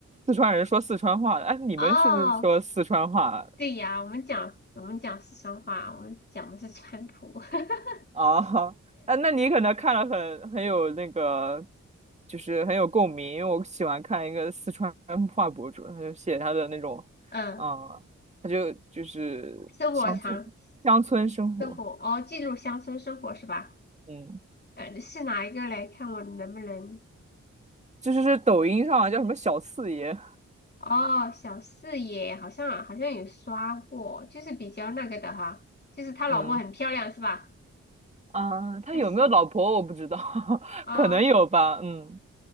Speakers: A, on the right; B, on the left.
A: 四川人说四川话的。哎，你们是不是说四川话
B: 哦，对呀，我们讲我们讲四川话，我们讲的是川普。<laughs>
A: 啊？<laughs> 哎，那你可能看了很很有那个，就是很有共鸣，因为我喜欢看一个四川话博主，他就写他的那种，
B: 嗯，
A: 啊、他就就是乡村乡村生活。
B: 生活常生活哦，记录乡村生活是吧？
A: 嗯，
B: 呃，是哪一个嘞？看我能不能？
A: 就是是抖音上叫什么小四爷，
B: 哦，小四野好像好像有刷过，就是比较那个的哈，就是他老婆很漂亮是吧？
A: 嗯啊，他有没有老婆我不知道，
B: 他喜
A: <laughs>
B: 啊。
A: 可能有吧，
B: 哦
A: 嗯，